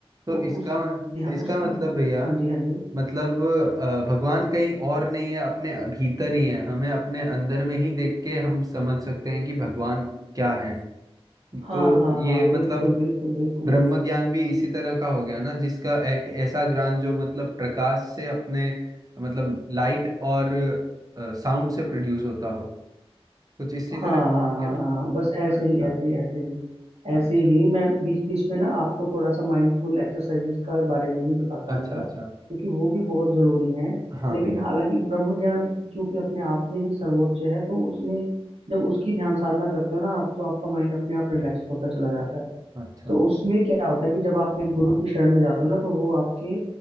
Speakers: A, on the right (about 35°); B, on the right (about 80°).
A: तो
B: तो
A: इसका
B: उस ध्या-
A: इसका
B: उसकी
A: मतलब भैया
B: हाँ जी हाँ जी
A: मतलब अ, भगवान कहीं और नहीं है अपने भीतर ही है हमें अपने अंदर में ही देख के हम समझ सकते हैं कि भगवान क्या है
B: हाँ
A: तो
B: हाँ
A: ये
B: हाँ बिल्कुल
A: मतलब
B: बिल्कुल बिल्कुल
A: ब्रह्म ज्ञान भी इसी तरह का हो गया ना जिसका एक ऐसा ज्ञान जो मतलब प्रकाश से अपने मतलब लाइट और साउंड से प्रोड्यूस होता हो कुछ इसी तरह
B: हाँ
A: का
B: हाँ
A: है
B: हाँ
A: क्या
B: हाँ बस ऐसे
A: अच्छा
B: ही ऐसे ही ऐसे ही
A: अच्छा
B: ऐसे ही मैं बीच बीच में ना आपको थोड़ा सा माइंडफुल एक्सरसाइजेज का बारे में भी बताता रहूंगा
A: अच्छा अच्छा
B: क्योंकि वो भी बहुत जरूरी हैं
A: हाँ
B: लेकिन
A: भैया
B: हालांकि ब्रह्म ज्ञान क्योंकि अपने आप में ही सर्वोच्च है तो उसमें जब उसकी ध्यान साधना करते हो ना आप तो आपका माइंड अपने आप रिलैक्स
A: हाँ,
B: होता चला जाता है
A: अच्छा
B: तो उसमें क्या होता है कि जब आप एक गुरु की शरण में जाते हो ना तो वो आपके